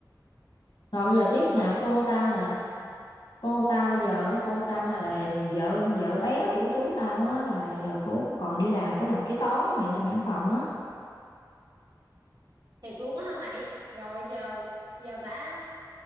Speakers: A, on the left; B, on the right.
A: rồi bây giờ tiếp nè cô tao nè cô tao bây
B: cô
A: giờ
B: mày
A: á, cô tao nè là vợ vợ bé của chú tao á là giờ cô cũng còn đi làm cô làm kế toán á mày làm văn phòng á
B: thiệt luôn á hả mày rồi giờ giờ bả